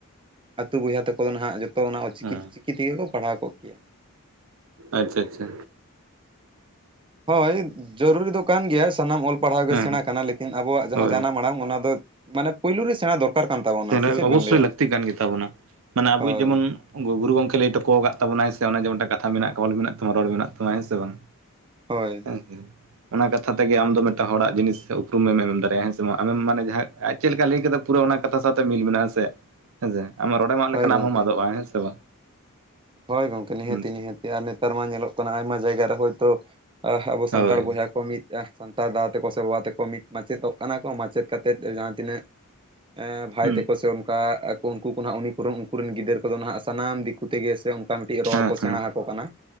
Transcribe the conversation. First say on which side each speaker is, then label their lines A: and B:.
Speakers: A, on the right; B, on the right.
A: ᱟᱹᱛᱩ ᱵᱚᱭᱦᱟ ᱛᱟᱠᱚ ᱫᱚ ᱱᱟᱦᱟᱜ ᱡᱚᱛᱚ ᱛᱚ ᱚᱱᱟ
B: ᱦᱮᱸ
A: ᱚ ᱪᱤᱠᱤ ᱪᱤᱠᱤ ᱛᱮᱜᱮᱠᱚ ᱯᱟᱲᱦᱟᱣ ᱠᱚᱜ ᱠᱮᱭᱟ᱾
B: ᱟᱪᱪᱷᱟ ᱟᱪᱪᱷᱟ᱾
A: ᱦᱳᱭ ᱡᱟᱹᱨᱩᱨᱤ ᱫᱚ ᱠᱟᱱ ᱜᱮᱭᱟ ᱥᱟᱱᱟᱢ ᱚᱞ ᱯᱟᱲᱦᱟᱣ
B: ᱦᱮᱸ
A: ᱜᱮ ᱥᱮᱬᱟ
B: ᱦᱮᱸ
A: ᱠᱟᱱᱟ᱾ ᱞᱮᱠᱤᱱ ᱟᱵᱚᱣᱟᱜ ᱡᱟᱦᱟᱸ
B: ᱦᱳᱭ
A: ᱡᱟᱱᱟᱢ ᱢᱟᱲᱟᱝ ᱚᱱᱟ ᱫᱚ ᱢᱟᱱᱮ ᱯᱳᱭᱞᱳ ᱨᱮ ᱥᱮᱬᱟ ᱫᱚᱨᱠᱟᱨ᱾ ᱠᱟᱱ ᱛᱟᱵᱚᱱᱟ
B: ᱛᱟᱞᱮ
A: ᱥᱮ ᱪᱮᱫ
B: ᱚᱵᱚᱥᱥᱳᱭ
A: ᱵᱮᱱ ᱞᱟᱹᱭᱟ
B: ᱞᱟᱹᱠᱛᱤ ᱠᱟᱱ ᱜᱮ ᱛᱟᱵᱚᱱᱟ, ᱢᱟᱱᱮ ᱟᱵᱚᱭᱤᱡ
A: ᱦᱳᱭ
B: ᱡᱮᱢᱚᱱ ᱜᱩ ᱜᱩᱨᱩ ᱜᱚᱝᱠᱮ ᱞᱟᱹᱭ ᱴᱚᱠᱚᱣ ᱟᱠᱟᱫ ᱛᱟᱵᱚᱱᱟᱭ ᱥᱮ ᱚᱱᱟ ᱡᱮᱢᱚᱱᱴᱟ ᱠᱟᱛᱷᱟ ᱢᱮᱱᱟᱜ ᱚᱞ ᱢᱮᱱᱟᱜ ᱛᱟᱢᱟ ᱨᱚᱲ ᱢᱮᱱᱟᱜ ᱛᱟᱢᱟ ᱦᱮᱸ ᱥᱮ ᱵᱟᱝ?
A: ᱦᱳᱭ᱾
B: <unintelligible> ᱚᱱᱟ ᱠᱟᱛᱷᱟ ᱛᱮᱜᱮ ᱟᱢ ᱫᱚ ᱢᱤᱫᱴᱮᱱ ᱦᱚᱲᱟᱜ ᱡᱤᱱᱤᱥ ᱩᱯᱨᱩᱢᱮᱢ ᱮᱢ ᱫᱟᱲᱮᱭᱟᱜᱼᱟ᱾ ᱦᱮᱸ ᱥᱮ ᱵᱟᱝ ᱟᱢ ᱢᱟᱱᱮ ᱡᱟᱦᱟᱸ ᱟᱡ ᱪᱮᱜ ᱞᱮᱠᱟ ᱞᱟᱹᱭ ᱠᱮᱫᱟ ᱯᱩᱨᱟᱹ ᱚᱱᱟ ᱠᱟᱛᱷᱟ ᱥᱟᱶᱛᱮ ᱢᱤᱞ ᱢᱮᱱᱟᱜᱼᱦᱮᱸᱥᱮ ᱦᱮᱸᱥᱮ ᱟᱢ ᱨᱚᱲᱮᱢ ᱟᱜ
A: ᱦᱳᱭ
B: ᱞᱮᱠᱷᱟᱱ
A: ᱜᱚᱢᱠᱮ
B: ᱟᱢ ᱦᱚᱸᱚᱢ ᱟᱫᱚᱜᱼᱟ ᱦᱮᱸ ᱥᱮ ᱵᱟᱝ?
A: ᱦᱳᱭ ᱜᱚᱝᱠᱮ ᱱᱤᱦᱟᱹᱛᱤ
B: ᱦᱩᱸ
A: ᱱᱤᱦᱟᱹᱛᱤ ᱟᱨ ᱱᱮᱛᱟᱨ ᱢᱟ ᱧᱮᱞᱚᱜ ᱠᱟᱱᱟ ᱟᱭᱢᱟ ᱡᱟᱭᱜᱟ ᱨᱮ ᱦᱳᱭᱛᱚ ᱟᱵᱚ ᱥᱟᱱᱛᱟᱲ
B: ᱦᱳᱭ
A: ᱵᱚᱭᱦᱟ ᱠᱚ ᱢᱤᱫ ᱥᱟᱱᱛᱟᱲ ᱫᱟᱫᱟ ᱛᱮᱠᱚ ᱥᱮ ᱵᱟᱵᱟ ᱛᱟᱠᱚ ᱢᱤᱫ ᱢᱟᱪᱮᱫᱚᱜ ᱠᱟᱱᱟ ᱠᱚ ᱢᱟᱪᱮᱫ ᱠᱟᱛᱮᱫ ᱡᱟᱦᱟᱸ ᱛᱤᱱᱟᱹᱜ ᱵᱷᱟᱭ
B: ᱦᱩᱸ
A: ᱛᱮᱠᱚ ᱥᱮ ᱚᱱᱠᱟ ᱟᱠᱳ ᱩᱱᱠᱩ ᱠᱚ ᱦᱟᱜᱸ ᱩᱱᱤ ᱠᱚᱨᱮᱱ ᱩᱱᱠᱩ ᱨᱮᱱ ᱜᱤᱫᱟᱹᱨ ᱠᱚᱫᱚ ᱦᱟᱜᱸ ᱥᱟᱱᱟᱢ ᱫᱤᱠᱩ ᱛᱮᱜᱮ ᱚᱠᱟ ᱢᱤᱫᱴᱤᱡ ᱨᱚᱲ
B: ᱦᱮᱸ
A: ᱠᱚ
B: ᱦᱮᱸ
A: ᱥᱮᱬᱟ ᱟᱠᱚ ᱠᱟᱱᱟ